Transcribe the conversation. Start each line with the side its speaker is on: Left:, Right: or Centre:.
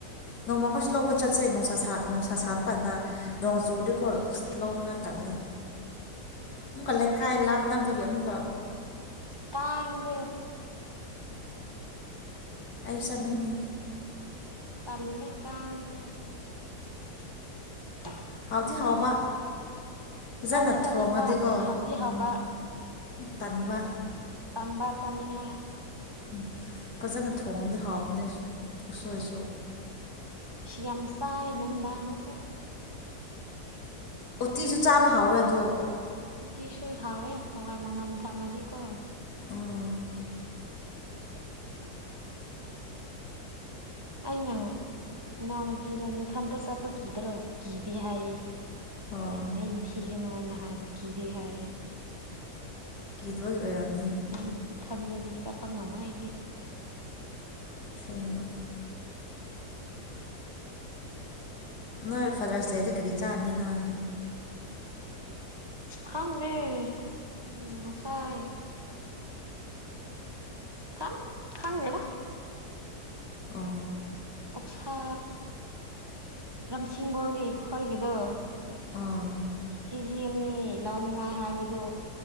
Left: ꯅꯣꯡꯃ ꯑꯩꯈꯣꯏꯁꯨ ꯂꯧꯕ ꯆꯠꯁꯦ ꯅꯨꯡꯁꯥ ꯁꯥ ꯅꯣꯡꯁꯥ ꯁꯥꯐ ꯀꯗ ꯅꯣꯡ ꯑꯖꯣꯗꯤꯀꯣ
Right: ꯆꯠꯄ
Left: ꯂꯧꯅꯉꯥꯏ
Right: ꯌꯥꯏ
Left: ꯇꯜꯂꯦ ꯑꯣꯀ ꯂꯩꯀꯥꯏ ꯂꯞ ꯅꯅꯥꯕꯒꯤꯦ ꯑꯃꯨꯛ
Right: ꯇꯥꯡ ꯑꯗꯨ
Left: ꯑꯌꯨꯁꯠ ꯂꯩꯉꯦ
Right: ꯄꯜꯂꯤꯤ ꯀꯥꯗ <inaudible>
Left: ꯍꯥꯎꯗꯤ ꯍꯥꯎꯕ ꯐꯖꯅ
Right: ꯆꯥꯗꯤ ꯆꯥꯅꯤꯡꯕ
Left: ꯊꯣꯡꯉꯗꯤꯀꯣ
Right: ꯍꯥꯗꯤ
Left: ꯎꯝ
Right: ꯍꯥꯕ
Left: ꯇꯟꯕ
Right: ꯇꯟꯄꯥꯥ ꯆꯅꯤꯉ
Left: ꯎ ꯐꯖꯅ ꯊꯣꯡꯗꯤ ꯍꯥꯎꯞꯅꯤ ꯎꯁꯣꯏ ꯁꯣꯏ
Right: ꯌꯥꯝ ꯆꯥꯏꯅꯅꯨꯡꯗꯥꯉꯁꯨꯦ
Left: ꯎꯇꯤꯁꯨ ꯆꯥꯕ ꯍꯥꯎꯋꯦ ꯑꯗꯣ
Right: ꯅꯨꯡꯇꯤꯁꯨꯣꯏ ꯍꯥꯎꯋꯦ ꯍꯋꯥꯏ ꯃꯪꯉꯜ ꯊꯝꯃꯗꯤꯀꯣ
Left: ꯎꯝ
Right: ꯑꯩꯅ ꯏꯅꯥꯎꯅꯨꯄꯤꯗ ꯅꯊꯟꯇ ꯆꯠꯄ ꯀꯤꯗꯔꯣꯁꯤ ꯀꯤꯗꯦ ꯍꯥꯏꯌꯦ
Left: ꯑꯣ
Right: ꯅꯁꯦꯅꯤ ꯊ ꯀ ꯀꯩꯅꯣ ꯍꯥꯏꯅ ꯍꯥꯏꯕ ꯀꯤꯗꯦ ꯍꯥꯏꯌꯦ
Left: ꯀꯤꯗꯕꯒꯤ ꯑꯣꯏꯔꯝꯅꯤ
Right: ꯎ ꯏꯊꯟꯗꯗꯤ ꯆꯠꯄ ꯉꯝꯃ ꯍꯥꯏꯗꯤ
Left: ꯁꯦꯝꯃ ꯅꯣꯏ ꯐꯥꯗ꯭ꯔꯁꯤꯇꯗ ꯀꯔꯤ ꯆꯥꯔꯅꯤ ꯅꯣꯏ
Right: ꯈꯪꯗꯦ ꯎꯝ ꯉꯁꯥꯏ ꯊꯝ ꯈꯥꯡꯅꯦꯗ
Left: ꯑ
Right: ꯑꯣꯛꯁꯥ ꯂꯝꯖꯤꯡꯒꯣꯡꯒꯤ ꯈꯣꯏꯒꯤꯗꯣ
Left: ꯑꯣ
Right: ꯀꯦ ꯖꯤ ꯑꯅꯤ ꯂꯧꯅꯤꯡꯉꯥꯏ ꯍꯥꯏꯕꯗꯨ